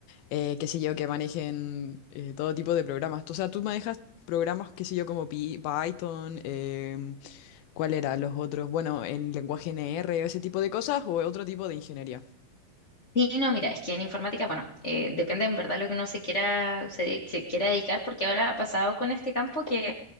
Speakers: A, on the left (about 80°); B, on the left (about 40°).
A: eh, qué sé yo, que manejen eh, todo tipo de programas. O sea, tú manejas programas, qué sé yo, como Pi- Python, em, ¿cuál era? Los otros, bueno, en lenguaje NR, ese tipo de cosas, o otro tipo de ingeniería.
B: Sí, no, mira, es que en informática, bueno, eh, depende en verdad lo que uno se quiera, se, de- se quiera dedicar, porque ahora ha pasado con este campo que